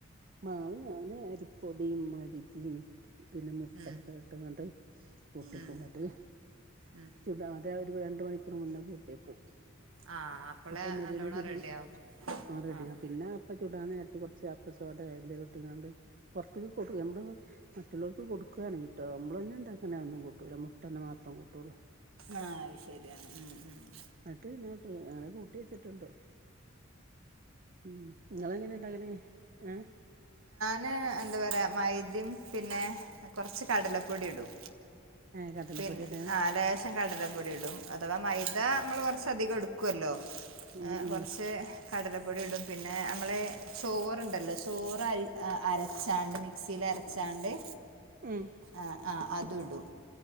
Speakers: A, on the right (about 45°); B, on the right (about 75°).
A: മാവ് ഞാന് അരിപൊടിം മയിതയും- പിന്നെ മുട്ടയക്കെ
B: ഉം
A: ഇട്ടങ്ങാണ്ട്- കൂട്ടയ്ക്കും
B: ഉം
A: എന്നിട്ട്,
B: ഉം
A: ചുടാതെ ഒരു രണ്ട് മണിക്കൂർ മുന്നേ കൂട്ടിയേക്കും.
B: ആഹ്.. അപ്പളെ
A: അപ്പൊ നെടുവിനെ
B: നല്ലോണം
A: ചുടും
B: റെഡി ആകും.
A: ആ.. റെഡിയ
B: ആഹ്
A: പിന്നെ അപ്പ ചൂടാൻ നേരത്ത് കുറച്ച് അപ്പസോടെ, എന്തേലും ഇട്ട്ങ്ങാണ്ട് പുറത്ത <unintelligible> <unintelligible> മറ്റുള്ളവർക്ക് കൊടുക്കുകയാണ് കിട്ടോ, നമ്മള തന്നെ എണ്ടാക്കുന്ന ഒന്നും കൂട്ടൂല മുട്ട തന്നെ മാത്രം കൂട്ടുള്ളൂ.
B: ആ.. ശരിയാണ് ഉം.. ഉം... !
A: എന്നിട്ട് പിന്നോട്ട് അങ്ങനെ കൂട്ടി വെച്ചിട്ടുണ്ട് ഉം നിങ്ങള്ങ്ങനെ ഉണ്ടാക്കനെ? ഏ... !
B: ന് എന്താ പറയാ മൈദിം പിന്നെ- കൊറച്ച് കടലപ്പൊടി ഇടും.
A: ഏ് കടല
B: പിന്നെ
A: പൊടിടാ.
B: ആ ലേശം കടലപ്പൊടി ഇടും, അഥവാ മൈദ മ്മള് കുറച്ചധികം ഇടുക്കുവല്ലോ?
A: ഉം
B: എ്
A: ഉം
B: കുറച്ച് കടലപ്പൊടി ഇടും പിന്നെ- മ്മളേ ചോറുണ്ടല്ലോ? ചോറ് അരി അരച്ചാണ്ട് മിക്സിയിൽ അരച്ചാണ്ട്-
A: ഉം.. !
B: ആ ആ.. അത് ഇടും